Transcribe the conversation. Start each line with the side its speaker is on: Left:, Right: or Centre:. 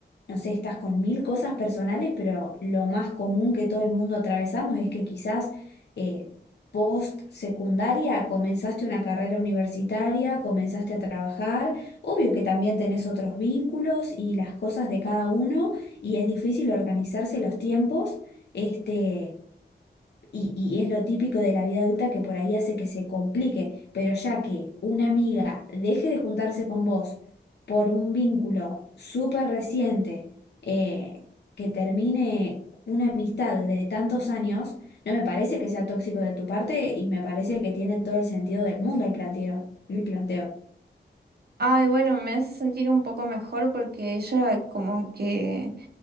Left: no sé, estás con mil cosas personales, pero lo más común que todo el mundo atravesamos es que quizás eh, post secundaria comenzaste una carrera universitaria, comenzaste a trabajar, obvio que también tenés otros vínculos y las cosas de cada uno y es difícil organizarse los tiempos. Este, y, y es lo típico de la vida adulta que por ahí hace que se complique, pero ya que una amiga deje de juntarse con vos por un vínculo súper reciente, eh, que termine una amistad de tantos años, no me parece que sea tóxico de tu parte y me parece que tiene todo el sentido del mundo el planteo, el planteo.
Right: Ay, bueno, me hace sentir un poco mejor porque ella como que